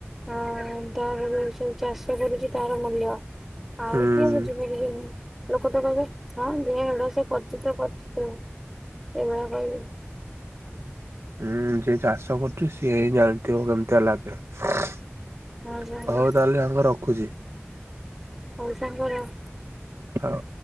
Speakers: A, in the centre; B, on the right.
A: ହଁ ତାର ଯୋଉ ସବୁ ଚାଷ କରୁଛି ତାର ମୂଲ୍ୟ। ଆଉ
B: ହୁଁ
A: କିଏ ବୁଝିପାରିବେନି। ଲୋକ ତ କହିବେ ହଁ ଦେ ହେଡ଼ା ସେ କରିଛି ତ କରିଛ ଏଇଭଳିଆ କହିବେ।
B: ହୁଁ ଯିଏ ଚାଷ କରୁଛି ସିଏ ହିଁ ଜାଣିଥିବ କେମିତିଆ ଲାଗେ। ହଉ
A: ହଁ ସାଙ୍ଗ
B: ତାହେଲେ ସାଙ୍ଗ ରଖୁଛି।
A: ହଉ ସାଙ୍ଗ ରହ।
B: ହଉ।